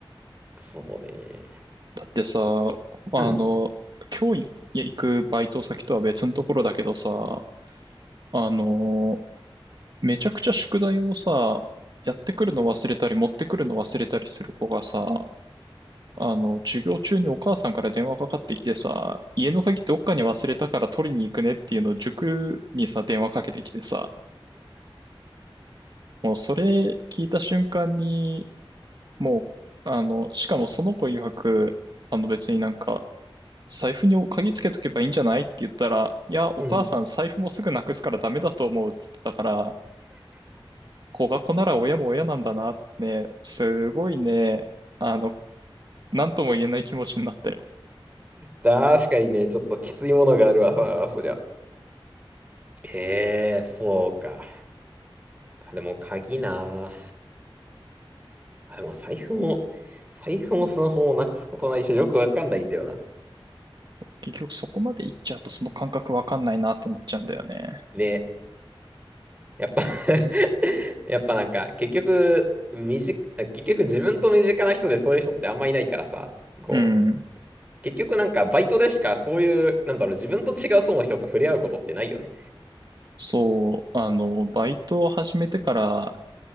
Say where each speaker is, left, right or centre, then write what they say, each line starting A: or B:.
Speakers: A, on the right; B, on the right.
A: そうね。
B: だってさ、あの、
A: うん、
B: 今日行くバイト先とは別のところだけどさ、あの、めちゃくちゃ宿題をさ、やってくるの忘れたり持ってくるの忘れたりする子がさ、あの、授業中にお母さんから電話かかってきてさ、家の鍵どっかに忘れたから取りに行くねっていうのを塾にさ、電話かけてきてさ、もうそれ聞いた瞬間に、もう、あの、しかもその子曰く、あの別になんか、財布に鍵つけとけばいいんじゃないって言ったら、いや、お母さん財布もすぐなくすからダメだと思うっつってたから、
A: うん。
B: 子が子なら親も親なんだなってね、すごいね、あの、なんとも言えない気持ちになったよ。
A: 確かにね、ちょっときついものがあるわ、あそりゃ。ええそうか。あ、でも鍵なあ。あ、でも財布も、財布もスマホもなくすことないし、よくわかんないんだよな。
B: 結局そこまで行っちゃうとその感覚わかんないなってなっちゃうんだよね。
A: ねやっぱ <laughs> やっぱなんか、結局、身近、結局自分と身近な人でそういう人ってあんまいないからさ、こ
B: うん。
A: う、結局なんかバイトでしかそういう、なんだろう、自分と違う層の人と触れ合うことってないよね。
B: そう、あの、バイトを始めてから、